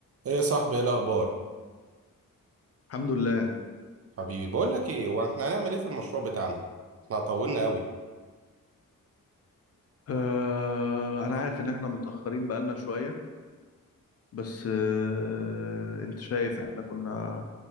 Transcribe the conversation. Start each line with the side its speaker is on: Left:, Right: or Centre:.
Right: ايه يا صاحبي ايه الاخبار
Left: الحمد لله
Right: حبيبي بقول لك ايه هو احنا هنعمل ايه في المشروع بتاعنا احنا طولنا قوي
Left: آه انا عارف ان احنا متأخرين بقالنا شوية بس آه انت شايف احنا كنا